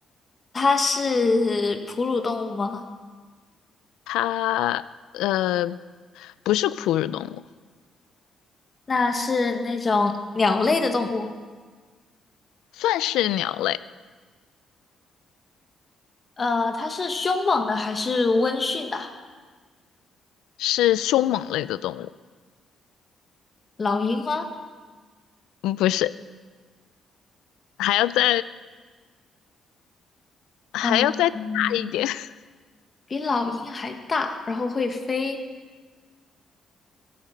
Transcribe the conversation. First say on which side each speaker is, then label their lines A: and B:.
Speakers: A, on the left; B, on the left.
A: 它是哺乳动物吗？
B: 它呃不是哺乳动物，
A: 那是那种鸟类的动物。
B: 算是鸟类，
A: 呃，它是凶猛的还是温驯的？
B: 是凶猛类的动物。
A: 老鹰吗？
B: 嗯，不是，还要再还要再大一点。
A: 嗯嗯，
B: <laughs>
A: 比老鹰还大，然后会飞。